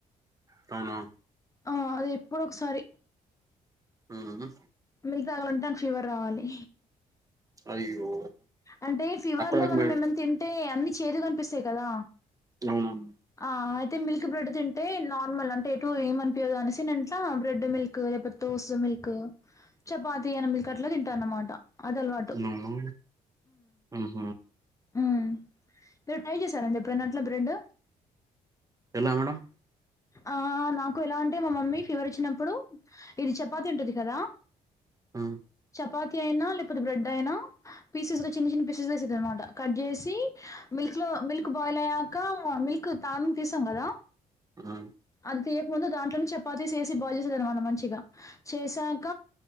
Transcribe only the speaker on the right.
తావునా
ఉనా
అయ్యో
అక్కడ
మేడం
ఎమాని
ఉనా ఆహ
ఎలా మేడం
ఉమ్
ఆ